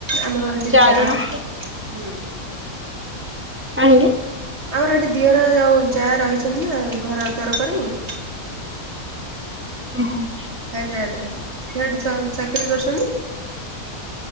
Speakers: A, on the right; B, on the right.
A: ଆମର ଏଠି
B: ଚାରି
A: ଯା,
B: ମାସେ
A: ହୁଁ।
B: କାହିଁକି?
A: ଆମର ଏଠି ଦିଅର ଆଉ ଯା ରହିଛନ୍ତି ନା ଘର ଦ୍ୱାର କରି।
B: ଓହୋ।
A: ହାଇଦ୍ରାବାଦରେ ସିଆଡେ ଚନ ଚାକିରି କରିଚନ୍ତି।